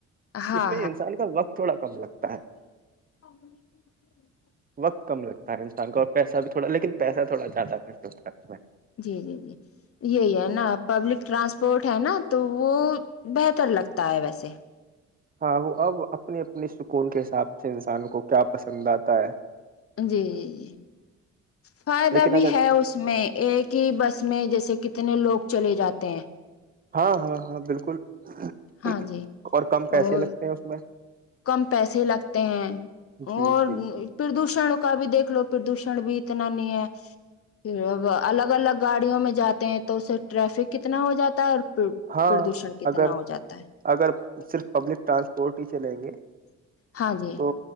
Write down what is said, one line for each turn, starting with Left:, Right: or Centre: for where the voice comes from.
Left: ہاں
Right: اس میں انسان کا وقت تھوڑا کم لگتا ہ <unintelligible>
Left: ا <unintelligible>
Right: وقت کم لگتا ہے انسان کو اور پیسہ بھی تھوڑا لیکن پیسہ تھوڑا زیادہ خرچ ہوتا ہے اس میں
Left: جی جی جی یہی ہے نا پبلک ٹرانسپورٹ ہے نا تو وہ بہتر لگتا ہے ویسے
Right: ہاں وہ اب اپنی اپنی سکون کے حساب سے انسان کو کیا پسند آتا ہے
Left: جی جی جی فائدہ
Right: لیکن
Left: بھی
Right: اگر
Left: ہے اس میں ایک ہی بس میں جیسے کتنے اتنے لوگ چلے جاتے ہیں
Right: ہاں ہاں ہاں بالکل <unintelligible>
Left: ہاں جی
Right: اور کم پیسے
Left: اور
Right: لگتے ہیں اس میں
Left: کم پیسے لگتے ہیں
Right: جی
Left: اور
Right: جی
Left: پردوشن کا بھی دیکھ لو پردوشن بھی اتنا نہیں ہے پھر <unintelligible> وہ الگ الگ گاڑیوں میں جاتے ہیں تو اسے ٹریفک <unintelligible> کتنا ہو جاتا ہے اور
Right: ہاں
Left: پردوشن کتنا
Right: اگر
Left: ہو جاتا ہے
Right: اگر صرف پبلک ٹرانسپورٹ ہی چلیں گے
Left: ہاں جی
Right: تو